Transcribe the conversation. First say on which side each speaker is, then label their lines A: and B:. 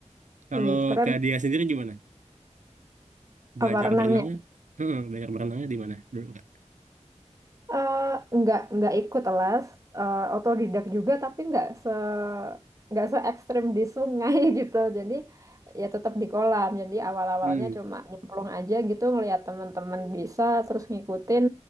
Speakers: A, on the right; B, on the right.
A: kalau
B: Ih, keren
A: kak dia sendiri gimana belajar
B: apa renangnya?
A: berenangnya Heeh, belajar berenangnya di mana dulu kak
B: Eh, nggak nggak ikut les eh, otodidak juga tapi nggak se nggak se ekstrim di sungai <laughs> gitu jadi ya tetap di kolam jadi awal-awalnya
A: hmm
B: cuma nyemplung aja gitu ngelihat teman-teman bisa terus ngikutin